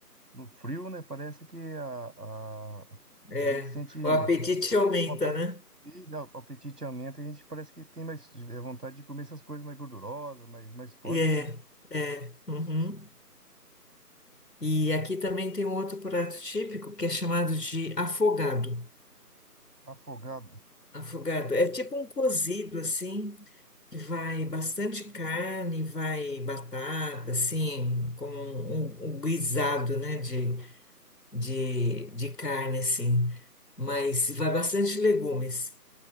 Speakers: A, on the right (about 75°); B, on the left (about 80°).
A: no frio, né? Parece que a, a,
B: É,
A: a gente sente.
B: o apetite aumenta,
A: De vontade
B: né?
A: de ir, já, o apetite aumenta e a gente parece que tem mais é, vontade de comer essas coisas mais gordurosas, mais, mais fortes,
B: E É,
A: né?
B: é. uhum. E aqui também tem um outro prato típico que é chamado de afogado.
A: Afogado.
B: Afogado. É tipo um cozido, assim. Vai bastante carne, vai batata, assim, como um, um um guisado, né, de, de, de carne, assim. Mas vai bastante legumes.